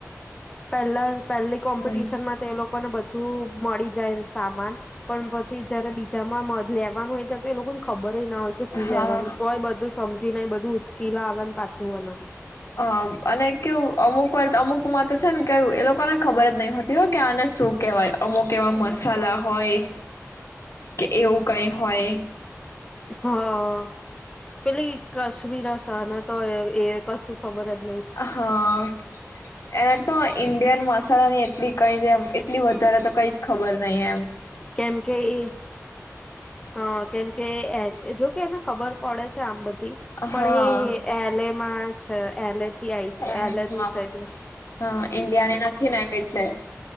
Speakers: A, on the left; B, on the left.
A: પહેલા પહેલી કોમ્પિટિશન
B: હમ
A: માં તે લોકો લોકોને બધું મળી જાય સામાન પણ પછી જયારે બીજામાં મ લેવાનું હોય ત તો એ લોકોને ખબર બબ ના હોય કે શું
B: હા
A: લેવાનું તોય બધું સમજીને બધું ઉચકીલા આવે ને પાછું બનાવે
B: હ અને કેવું અમુક વાર્ અમુક માં તો છે ને કે એ લોકોને ખબર જ નહી હોતી હો કે આને શું કેવાય અમુક એવા મસાલા હોય કે એવું કઈ હોય
A: હા પેલા એક કશમીરા શાહ તો એ કશું ખબર હતી
B: હા એને તો ઇન્ડિયન મસાલાની એટલી કઈ છેમ એટલી વધારે તો કઈ જ ખબર અહીં
A: કેમકે એ હ કેમકે જોકે એને ખબર પડે છે આમ બધી,
B: હા
A: પણ એલે માં છે, એલે છે એટલે,
B: એ
A: એટલેન્રટનું
B: હા હા ઈન્ડિયાની નથી ને એટલે